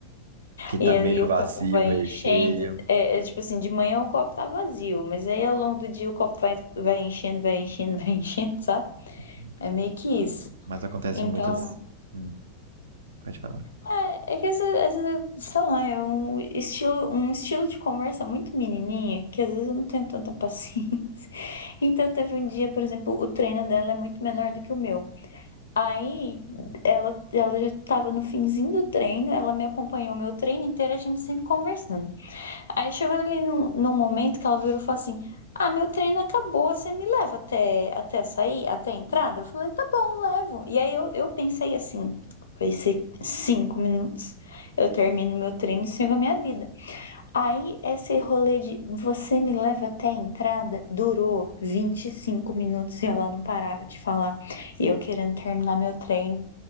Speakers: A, on the right; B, on the left.
A: Que tá
B: E
A: meio
B: aí o
A: vazio,
B: copo vai
A: meio
B: enchendo.
A: cheio.
B: É, é tipo assim, de manhã o copo tá vazio, mas aí ao longo do dia o copo vai, vai enchendo, vai enchendo, <laughs> vai enchendo, sabe?
A: Uhum.
B: É meio que isso.
A: Mas acontece
B: Então,
A: muitas. Hum, pode falar.
B: é, é que essa, essa, sei lá, é um estilo, um estilo de conversa muito menininha, que às vezes eu não tenho tanta paciência. <laughs> Então, teve um dia, por exemplo, o treino dela é muito menor do que o meu. Aí, ela, ela já estava no finzinho do treino, ela me acompanhou o meu treino inteiro, a gente sempre conversando. Aí chegou ali num, num momento que ela virou e falou assim: Ah, meu treino acabou, você me leva até, até sair, até a entrada? Eu falei: Tá bom, levo. E aí eu, eu pensei assim: Vai ser cinco minutos, eu termino meu treino e sigo a minha vida. Aí esse rolê de você me leva até a entrada durou 25 minutos e ela não parava de falar, e eu querendo terminar meu treino.